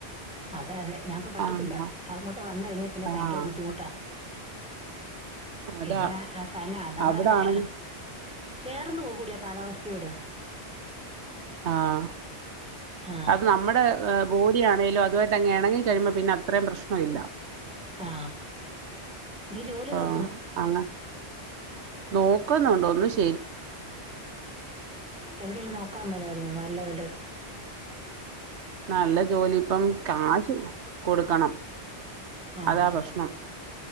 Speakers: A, in the centre; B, on the right.
A: അതെ അതെ ഞങ്ങക്ക് പറ്റത്തില്ല
B: ആഹ്
A: അങ്ങോട്ട് വന്നേ കഴി പിന്നെ ഭയങ്കര
B: ആഹ്
A: ബുദ്ധിമുട്ടാ പിന്നെ
B: അതാ
A: തന്നെ നമ്മള
B: അവിടാണെങ്കി
A: അങ്ങനെ ചേർന്ന് പോകൂടീ കാലാവസ്ഥയോട്
B: ആഹ
A: ആ
B: അത് നമ്മുടെ ബോഡിയാണേലും അത്വായിട്ട് അങ്ങ് എണങ്ങിക്കഴിയുമ്പോ പിന്നെ അത്രയും പ്രശ്നം ഇല്ല
A: ആ നീ ജോലി നോ
B: അ നോ ഒക്കുന്നുണ്ട് ഒന്നും ശെ
A: എവിടേലും നോക്കാൻ മേലാരുന്നോ നാ ല്ല വെല്ലടുത്തും
B: നല്ല ജോലി ഇപ്പം കാശ് കൊടുക്കണം
A: ആ
B: അതാ
A: ആ
B: പ്രശ്നം